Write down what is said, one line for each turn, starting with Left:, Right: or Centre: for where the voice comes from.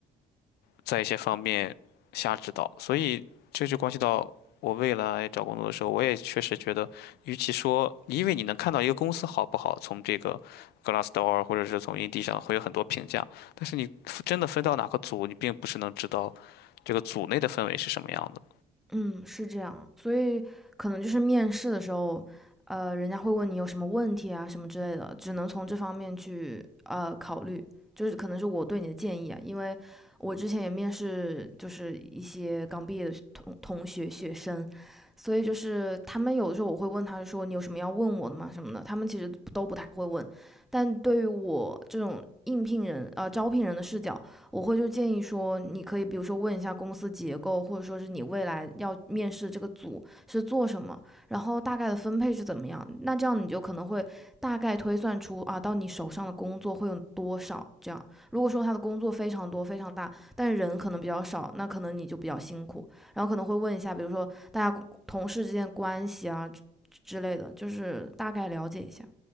Left: 在一些方面瞎指导，所以这就关系到我未来找工作的时候，我也确实觉得，与其说因为你能看到一个公司好不好，从这个 Glassdoor 或者是从 Indeed 上会有很多评价，但是你真的分到哪个组，你并不是能知道这个组内的氛围是什么样的。
Centre: 嗯，是这样。所以可能就是面试的时候，呃，人家会问你有什么问题啊，什么之类的，只能从这方面去呃考虑。就是可能是我对你的建议啊，因为我之前也面试，就是一些刚毕业的同同学学生，所以就是他们有的时候我会问他说你有什么要问我的吗什么的，他们其实都不太会问。但对于我这种应聘人啊、呃招聘人的视角，我会就建议说，你可以比如说问一下公司结构，或者说是你未来要面试这个组是做什么，然后大概的分配是怎么样。那这样你就可能会大概推算出啊，到你手上的工作会有多少。这样，如果说他的工作非常多、非常大，但是人可能比较少，那可能你就比较辛苦。然后可能会问一下，比如说大家同事之间关系啊之类的，就是大概了解一下。